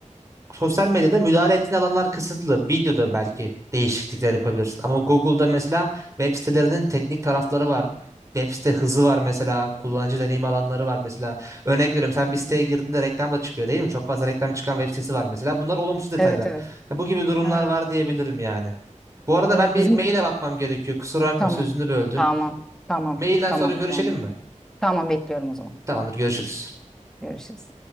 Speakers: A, on the right (about 25°); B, in the centre.
A: sosyal medyada müdahale ettiğin alanlar kısıtlı. Videoda belki değişiklikler yapabilirsin. Ama Google'da mesela web sitelerinin teknik tarafları var. Web site hızı var mesela. Kullanıcı deneyim alanları var mesela. Örnek veriyorum sen bir siteye
B: Hı.
A: girdiğinde reklam da çıkıyor değil mi? Çok fazla reklam çıkan web sitesi var mesela. Bunlar olumsuz detaylar.
B: Evet evet.
A: Ya bu gibi durumlar
B: Ha,
A: var diyebilirim yani. Bu arada
B: evet
A: ben bir
B: bizim
A: maile bakmam gerekiyor. Kusura bakma
B: tamam.
A: sözünü böldüm.
B: Tamam. Tamam.
A: Mailden
B: Tamam
A: sonra görüşelim
B: o zaman.
A: mi?
B: Tamam bekliyorum o zaman.
A: Tamamdır görüşürüz.
B: Görüşürüz.